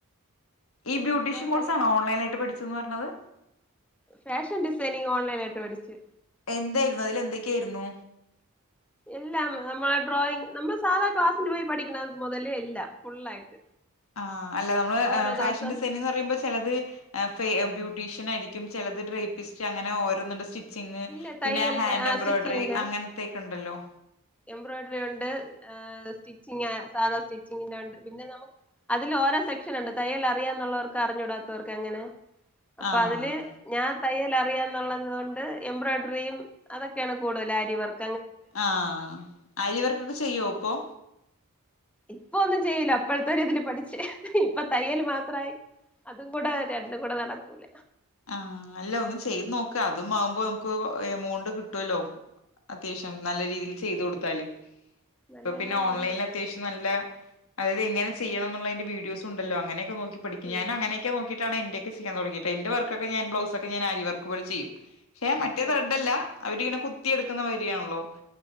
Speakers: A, on the left (about 65°); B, in the centre.
A: ഈ ബ്യൂട്ടീഷ്യൻ
B: അപ്പൊ
A: കോഴ്സാണോ
B: തയ്യല്
A: ഓൺലൈനായിട്ട് പഠിച്ചുന്ന് പറഞ്ഞത്
B: ഫാഷൻ ഡിസൈനിങ് ഓൺലൈനായിട്ട് പഠിച്ചു
A: എന്തായിരുന്നു അതിലെന്തൊക്കയിരുന്നു
B: എല്ലാം നമ്മളെ ഡ്രോയിങ് നമ്മൾ സാധാ ക്ലാസ്സിന് പോയി പഠിക്കണ മുതല് എല്ലാം ഫുള്ളായിട്ട്
A: ആ അല്ല നമ്മള്
B: ഓരോ ദിവസം
A: ഫാഷൻ ഡിസൈനിന്ന് പറയുമ്പോ ചെലത് ഫേ ബ്യൂട്ടീഷ്യൻ ആരിക്കും ചിലത് ഡ്രേപ്പിസ്റ്റ് അങ്ങനെ ഓരോന്ന സ്റ്റിറ്റ് സ്റ്റിച്ചിങ്
B: ഇല്ല തയ്യലിന്റെ
A: പിന്നെ ഹാൻഡ്
B: ആ
A: എംബ്രോയ്ഡറി
B: സ്റ്റിച്ചിങ്ങിന്റെ
A: അങ്ങനത്തെൊക്കെ ഉണ്ടല്ലോ
B: എംബ്രോയ്ഡറി ഉണ്ട് ആ സ്റ്റിച്ചിങ് സാധാ സ്റ്റിച്ചിങ്ങിന്റെ ഉണ്ട് പിന്നെ നമുക്ക് അതില് ഓരോ സെക്ഷൻ ഉണ്ട് തയ്യൽ അറിയാ എന്നുള്ളവർക്ക് അറിഞ്ഞൂടാത്തവർക്ക് എങ്ങനെ അപ്പൊ
A: ആഹ്
B: അതില് ഞാൻ തയ്യൽ അറിയാന്നുള്ളത് കൊണ്ട് എംബ്രോയ്ഡറിയും അതൊക്കെയാണ് കൂടുതൽ അരിവർക്ക്
A: ആഹ് അരിവർക്കൊക്കെ ചെയ്യോ ഇപ്പൊ
B: ഇപ്പ ഒന്നും ചെയ്ല്ല അപ്പോഴത്തെ ഇതിൽ പഠിച്ചേ ഇപ്പൊ തയ്യല് മാത്രായി അതും കൂടെ രണ്ടും കൂടെ നടക്കൂല
A: ആഹ് അല്ല ഒന്ന് ചെയ്ത് നോക്ക അതും ആവുമ്പോ നമുക്ക് എമൗണ്ട് കിട്ടുവല്ലോ അത്യാവശ്യം നല്ല രീതിൽ ചെയ്ത് കൊടുത്താല്
B: നല്ല
A: ഇപ്പൊ പിന്നെ
B: എമൗണ്ട്
A: ഓൺലൈനിൽ
B: ഉണ്ട് ഇപ്പൊ
A: അത്യാവശ്യം നല്ല അത് എങ്ങനെയ ചെയ്യണം എന്നുള്ളതിന്റെ വീഡിയോസ് ഉണ്ടോ അങ്ങനെയൊക്കെോ നോക്കി പഠിക്ക
B: ഉം
A: ഞാൻ അങ്ങനൊക്കെ നോക്കിട്ടാണ് എന്റെ ക്കാൻ തൊടങ്ങിട്ടെ എന്റെ വർക്കൊക്കെ ഞൻ
B: ഉം
A: ബ്ലൗസ്ക്കെ ഞൻ അരിവർക്ക് പോലെ ചെയ്യും പക്ഷേ മറ്റേ ത്ര്രെഡ്ല്ല
B: ആഹ്
A: അവരിങ്ങനെ കുത്തിയെടുക്കുന്ന മാതിരിയാണല്ലോ